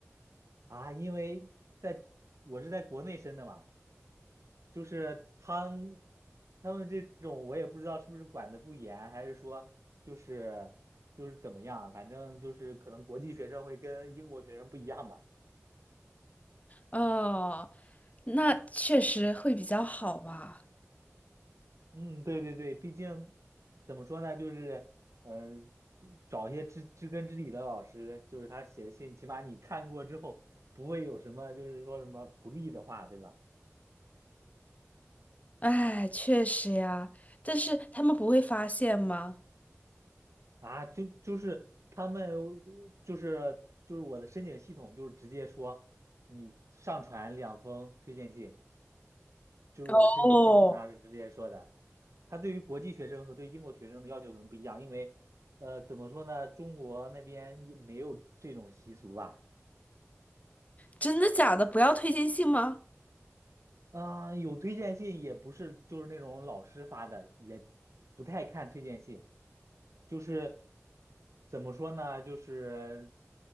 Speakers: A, on the right (about 75°); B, on the left (about 30°).
A: 啊，因为在我是在国内申的嘛，就是他们他们这种我也不知道是不是管的不严，还是说就是就是怎么样，反正就是可能国际学生会跟英国学生不一样吧。
B: 哦，那确实会比较好吧？
A: 嗯，对对对，毕竟怎么说呢，就是，嗯、就找一些知知根知底的老师，就是他写信，起码你看过之后，不会有什么就是说什么不利的话，对吧？
B: 哎，确实呀，但是他们不会发现吗？
A: 啊，就就是他们就是就是我的申请系统就是直接说你上传两封推荐信，就是我的申请系统上是直接说的。
B: 哦，
A: 他对于国际学生和对英国学生的要求可能不一样，因为呃怎么说呢，中国那边也没有这种习俗吧。
B: 真的假的？不要推荐信吗？
A: 啊、有推荐信也不是，就是那种老师发的，也不太看推荐信，就是怎么说呢，就是